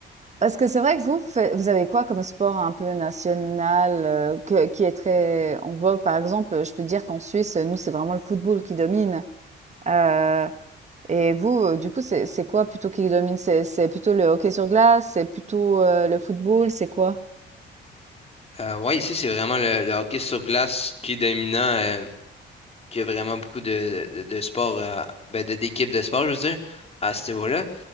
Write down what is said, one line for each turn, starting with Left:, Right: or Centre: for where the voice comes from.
Right: Parce que c'est vrai que vous, vous faites- vous avez quoi comme sport un peu national euh, que- qui est très en vogue? Par exemple, je peux dire qu'en Suisse, nous, c'est vraiment le football qui domine. Euh, Et vous, heu, du coup, c'est c'est quoi plutôt qui domine? C'est c'est plutôt le hockey sur glace? C'est plutôt, heu, le football? C'est quoi?
Left: Euh, ouais, ici, c'est vraiment le, le hockey sur glace qui est dominant, euh, qui a vraiment beaucoup de, de, de sports, euh, ben, de- d'équipes de sport, je veux dire, à ce niveau-là.